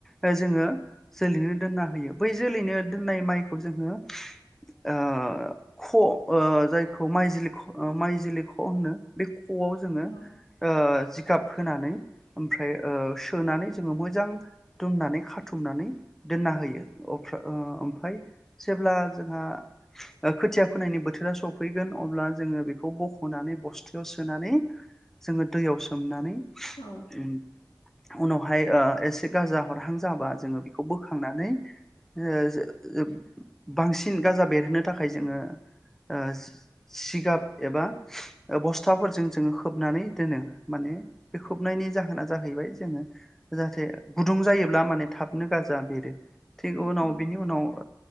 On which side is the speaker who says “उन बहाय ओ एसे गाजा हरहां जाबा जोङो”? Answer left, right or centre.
Centre